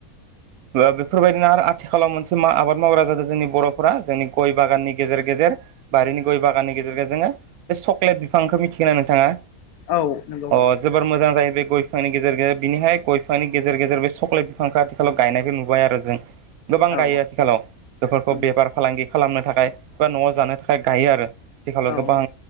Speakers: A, on the right (about 85°); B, on the left (about 85°).
A: ओ बेफोरबायदिनो आरो आथिखालाव मोनसे मा आबाद मावग्रा जादो जोंनि बर'फोरा जोंनि गय बागाननि गेजेर गेजेर बारिनि गय बागाननि गेजेरजों जोङो बे चक्लेट बिफांखो मिथिगोन ना नोंथाङा?
B: औ नंगौ
A: अ जोबोर मोजां जायो बे गय बिफांनि गेजेर गेजेर बिनिहाय गयफांनि गेजेर गेजेर बे सक्लेट बिफांखो आथिखालाव गायनायखो नुबाय आरो जों गोबां
B: औ
A: गायो आथिखालाव बेफोरखौ
B: नंगौ
A: बेबार फालांगि खालामनो थाखाय बा न'आव जानो थाखाय गायो आरो थिखालाव
B: औ
A: गोबां